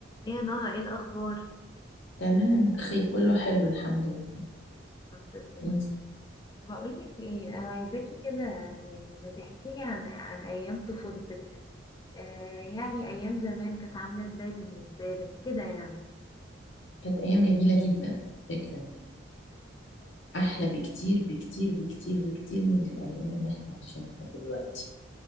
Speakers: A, on the left; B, on the left.
A: ايه يا نهى ايه الاخبار
B: تمام بخير كله حلو الحمد لله
A: الحمد لله
B: انت
A: بقولك ايه انا عايزاكي كده يعني ما تحكيلي عن عن ايام طفولتك آه يعني ايام زمان كانت عامله ازاي بالنسبه لك كده يعني
B: كانت ايام جميله جدا فكره يعني احلى بكتير بكتير بكتير بكتير من الايام اللي احنا عايشينها دلوقتي